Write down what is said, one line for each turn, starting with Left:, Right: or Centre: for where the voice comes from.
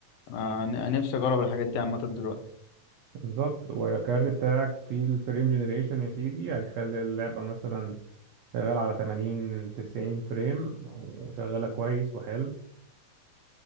Left: انا أنا نفسي اجرب الحاجات دي عامة دلوقتي
Right: بالظبط والكارت بتاعك فيه الفريم جنريشن يا سيدي هيخلي اللعبة مثلا شغال على 80 90 فريم وشغالة كويس وحلو